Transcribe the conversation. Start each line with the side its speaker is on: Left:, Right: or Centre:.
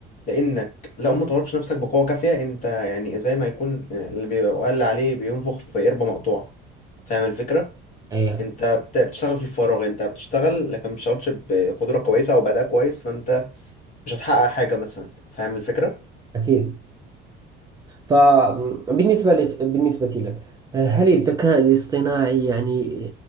Left: لانك لو ما طورتش نفسك بقوة كافية انت يعني زي ما يكون اللي بيقال عليه بينفخ في قربة مقطوعة فاهم الفكرة
Right: أيه
Left: انت بت- بتشتغل في الفراغ انت بتشتغل لكن ما بتشتغلش بقدرة كويسة او بأداء كويس فانت مش هتحقق حاجة مثلا فاهم الفكرة
Right: أكيد فبالنسبة لت... بالنسبة لك هل الذكاء الاصطناعي يعني